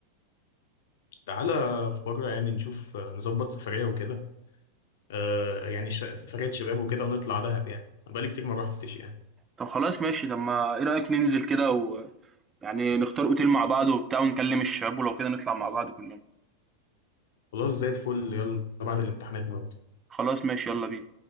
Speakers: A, on the left (about 55°); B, on the right (about 20°).
A: تعالى في مره يعني نشوف آه، نظبط سفريه وكده آه يعني ش- سفريه شباب وكده ونطلع دهب يعني أنا بقالي كتير ما روحتش يعني
B: طب خلاص ماشي، طب ما إيه رأيك ننزل كده ويعني نختار أوتيل مع بعض وبتاع ونكلم الشباب ولو كده نطلع مع بعض كلّنا،
A: خلاص زي الفل يلا بعد الامتحانات نودي
B: خلاص ماشي يالّا بينا.